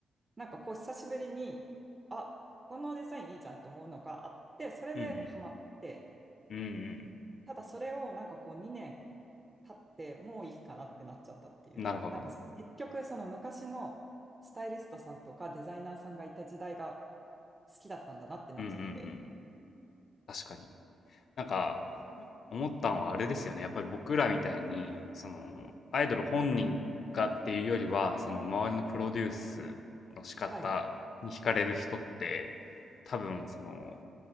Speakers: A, on the right; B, on the left.
A: なんかこう久しぶりに、あ、このデザインいいじゃんって思うのがあって、それでハマって、
B: うんうん。うん
A: ただそれをなんかこう2年経ってもういいかなってなっちゃったっていう。
B: うん。なるほど。
A: なんか結局その昔のスタイリストさんとかデザイナーさんがいた時代が好きだったんだなってなっちゃって。
B: うんうんうん。確かに。なんか、思ったのはあれですよね。やっぱり僕らみたいに、その、アイドル本人がっていうよりは、その周りのプロデュースの仕方に惹かれる人って、
A: はい。
B: 多分その、